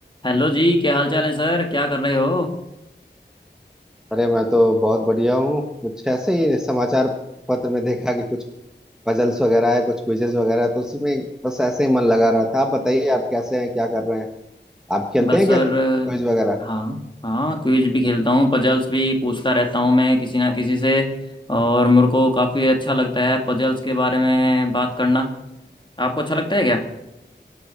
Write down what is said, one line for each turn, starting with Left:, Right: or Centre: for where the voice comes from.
Left: Hello जी क्या हाल चाल है सर क्या कर रहे हो
Centre: अरे मैं तो बहुत बढ़िया हूँ कुछ ऐसे ही समाचार पत्र में देखा कि कुछ पजल्स वगैरह है कुछ क्विजेज वगैरह तो उसी में बस ऐसे ही मन लगा रहा था आप बताइए आप कैसे हैं क्या कर रहे हैं आप खेलते
Left: बस
Centre: हैं
Left: सर
Centre: क्या क्विज वगैरह
Left: हाँ हाँ क्विज भी खेलता हूँ पजल्स भी पूछता रहता हूँ मैं किसी ना किसी से और मेरे को काफ़ी अच्छा लगता है पजल्स के बारे में बात करना आपको अच्छा लगता है क्या